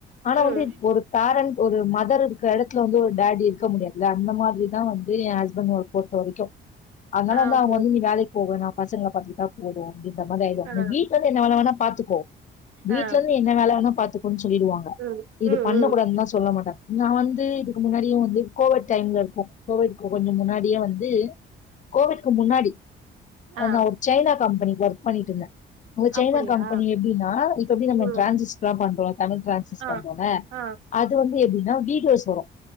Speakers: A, on the left; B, on the right.
A: ஆனா
B: ம்
A: வந்து ஒரு பேரண்ட் ஒரு மதர் இருக்கற எடத்துல வந்து ஒரு டாடி இருக்க முடியாதுல அந்த மாதிரிதா வந்து எ ஹஸ்பண்ட் ஒரு பொரு த்த வரைக்கு அதனால
B: ஆ
A: வந்து அவங்க
B: புரியுது
A: வந்து நீ வேலைக்கு போவேனா பசங்கள பாத்துக்கிட்டா போது அப்டின்ற மாதிரி ஆயிடும்
B: ஆ
A: நீ வீட் ல இருந்து என்ன வேல வேணா பாத்துக்கோ வீட்ல
B: ஆ
A: இருந்து நீ என்ன வேல வேணா பாத்துக்கோனு சொல்லிடுவாங்க
B: ம்
A: இது
B: ம்
A: பண்ணக்கூடாதுன்னுலா
B: ம்
A: சொல்ல மாட்டாங் நா வந்து இதுக்கு முன்னாடியே வந்து கோவிட் டைம்ல இருக்கு கோவிட்க்கு கொஞ்ச முன்னாடியே வந்து கோவிட்க்கு முன்னாடி
B: ஆ
A: நா ஒரு சைனா கம்பெனி ஒர்க் பண்ணிட்டு இருந்த அந்த சைனா
B: அப்டியா
A: கம்பனி எப்டினா இப்ப எப்டி நம்ம
B: ம்
A: டிரான்சிஸ்ட்லா பண்றோ தமிழ் டிரான்சிஸ்
B: ஆ
A: பண்றோம்ல
B: ஆ
A: அது வந்து எப்டின்னா வீடியோஸ் வரு